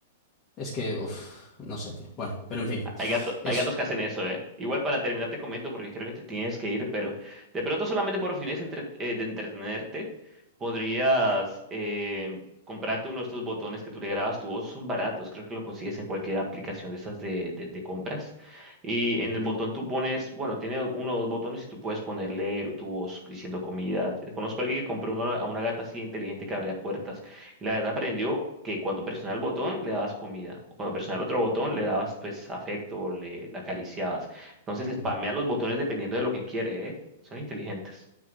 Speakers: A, on the left (about 20°); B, on the right (about 15°).
A: es que, uff, no sé, tío. Bueno, pero en fin,
B: Hay gato-
A: eso.
B: hay gatos que hacen eso, ¿eh? Igual para terminar te comento porque creo que te tienes que ir, pero de pronto solamente por fines entre- eh, de entretenerte podrías eh, comprarte uno de estos botones que tú le grabas tu voz. Son baratos, creo que lo consigues en cualquier aplicación de estas de, de, de compras. Y
A: Ujú,
B: en el botón tú pones, bueno, tiene uno o dos botones y tú puedes ponerle tu voz diciendo comida. Conozco a alguien que compró uno a una gata así inteligente que abría puertas. Y la verdad aprendió que cuando presionaba el botón le dabas comida, o cuando presionaba el otro botón le dabas pues afecto, le, le acariciabas. Entonces
A: ujú.
B: spamea los botones dependiendo de lo que quiere, ¿eh? Son inteligentes.